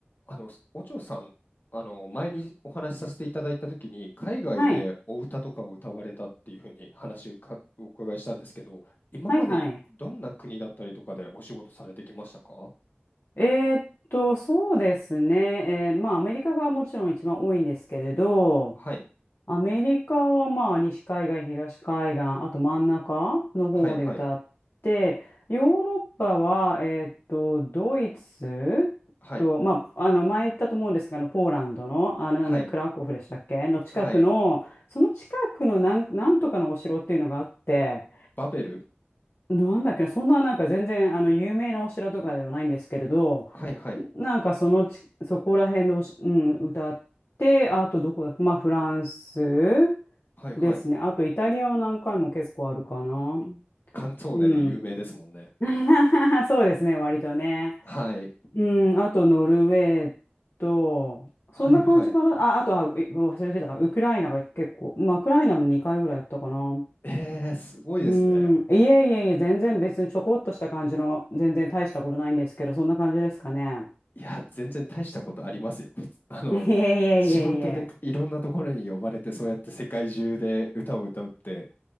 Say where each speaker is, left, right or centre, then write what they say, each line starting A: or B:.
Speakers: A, on the left; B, on the left.
A: あの、お嬢さん、あの、前にお話しさせていただいたときに、海外でお歌とかを歌われたっていうふうに話をかお伺いしたんですけど、
B: はい。
A: 今までどんな国だったりとかでお仕事されてきましたか
B: はいはい。えーっと、そうですね。えーまあ、アメリカがもちろん一番多いんですけれど、
A: はい、
B: アメリカはまあ、西海岸、東海岸、あと真ん中の方で歌って、
A: はい、はい、
B: ヨーロッパは、えーっと、ドイツと、
A: はい、
B: まあ、あの、前言ったと思うんですが、あの、ポーランドの、あれなんだ、
A: はい、
B: クラクフでしたっけの近くの、
A: はい、
B: その近くのなん、なんとかのお城っていうのがあって、
A: バベル
B: なんだっけな、そんななんか全然あの有名なお城とかではないんですけれど、
A: とか、はい、はい、
B: なんかそのち、そこら辺でおし、うん、歌って、あとどこだ、まあフランス
A: はい、はい、
B: ですね。あとイタリアは何回も結構あるかな。
A: カンツォーネで有名ですもんね。
B: うん。<laughs> そうですね、割とね。
A: はい、
B: うん、あとノルウェーと、
A: はい、
B: そんな感じかな。
A: はい。
B: あ、あとは、う忘れてた。ウクライナが結構、まあ、ウクライナも2回ぐらいやったかな。
A: えー、すごいですね。
B: うん、いえいえいえ、全然別にちょこっとした感じの、全然大したことないんですけど、そんな感じですかね。
A: いや、全然大したことありますよ。あの、
B: <laughs> いえいえいえいえ、
A: 仕事でいろんなところに呼ばれて、そうやって世界中で歌を歌うって、